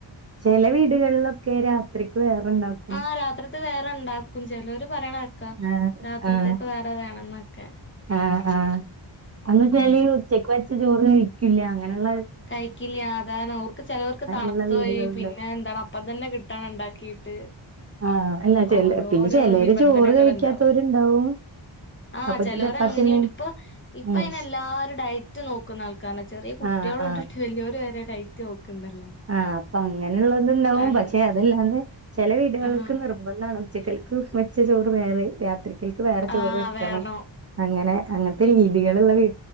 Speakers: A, on the right; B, on the left.
A: ചെല വീടുകള്ലൊക്കെ രാത്രിക്ക് വേറണ്ടാകും
B: ആഹ് രാത്രിത്തെ വേറെണ്ടാക്കും ചെലര് പറയ്ണെക്കാ
A: ആഹ്
B: രാത്രിത്തേക്ക്
A: ആഹ്
B: വേറെ വേണംന്നൊക്കെ
A: ആഹ് ആഹ് ആന്ന്ച്ചാല്
B: ഉം
A: ഉച്ചക്ക് വെച്ച ചോറ് കഴിക്കില്ല അങ്ങനെയ്ള്ള
B: കഴിക്കില്ല അതാണ് ഓർക്ക് ചെലവർക്ക് തണുത്തയി
A: ഇള്ള വീടുകളുണ്ട്
B: പിന്നെ എന്താണ് അപ്പംതന്നെ കിട്ടണണ്ടാക്കിട്ട്
A: ആഹ് അല്ല ചെല
B: ഓരോരോ
A: പിന്നെ ചിലര്
B: നിബന്ധനകള്ണ്ടോ?
A: ചോറ് കഴിക്കാത്തവരുണ്ടാവും
B: ആഹ്
A: അപ്പൊ
B: ചെലൊർ
A: ചപ്പാത്തിന്നെ
B: അങ്ങനെയ്ണ്ട് ഇപ്പൊ ഇപ്പയ്നെല്ലാരും
A: ഉം
B: ഡയറ്റ് നോക്കുന്നാൾക്കാ ചെ കുട്ടിളൊട്ടിട്ട്
A: ആഹ് ആഹ്
B: വല്‌യൊരു വരെ ഡൈറ്റ് നോക്ക്ണ്ടല്ലോ
A: ആഹ് പ്പങ്ങനെള്ളത്ണ്ടാവും
B: അങ്
A: പക്ഷെ അതല്ലാതെ ചെല വീടുകൾക്ക്
B: ആഹ്
A: നിർബ ർഭന്താണ് ഉച്ചക്കൽക്ക് വെച്ച ചോറ് വേറെയും രാത്രിക്കൽക്ക് വേറെ ചോറ്
B: ആഹ്
A: വെക്കണം
B: വേണം
A: അങ്ങനെ അങ്ങത്തെ രീതികളുള്ള വീ